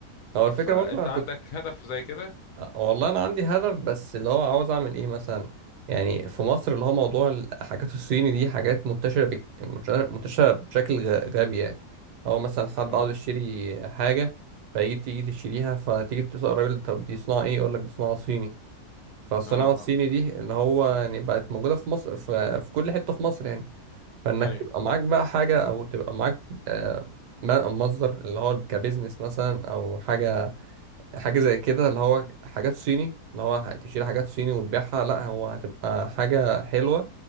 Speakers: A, on the right; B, on the left.
A: هو الفكرة
B: فانت
A: برضه انا كنت
B: عندك هدف زي كده
A: آه، والله انا عندي هدف بس اللي هو عاوز اعمل ايه مثلا يعني في مصر اللي هو موضوع الحاجات الصيني دي حاجات منتشرة بك... منتشرة منتشرة بشكل غ- غبي يعني هو مثلا حد
B: اه
A: عاوز يشتري حاجة فيجي تيجي تشتريها فتيجي تسأل الراجل طب دي صناعة ايه يقول لك دي صناعة صيني فالصناعة
B: اه
A: الصيني
B: اه
A: دي اللي هو يعني بقت موجودة في مصر في, في كل حتة في مصر يعني فإنك
B: ايوه
A: تبقى معاك بقى حاجة أو تبقى معاك آه، م- مصدر اللي هو كبزنس مثلا أو حاجة حاجة زي كده اللي هو حاجات صيني اللي هو ه- تشيل حاجات صيني وتبيعها لا هو هتبقى حاجة حلوة